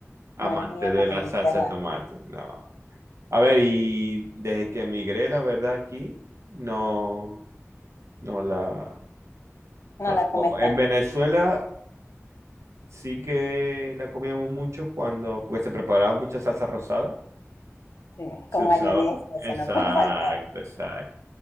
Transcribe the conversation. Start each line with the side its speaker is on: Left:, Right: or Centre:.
Left: no
Right: amante
Left: eres muy amante,
Right: de la salsa
Left: a la-
Right: de tomate, no. A ver, y desde que emigré, la verdad, aquí, no, no la,
Left: no
Right: no
Left: la
Right: la como.
Left: comes
Right: En
Left: tanto.
Right: Venezuela sí que la comíamos mucho cuando, pues se preparaba mucha salsa rosada
Left: Sí,
Right: Se
Left: con
Right: usaba.
Left: mayonesa, eso
Right: Exacto,
Left: no puede faltar.
Right: exacto.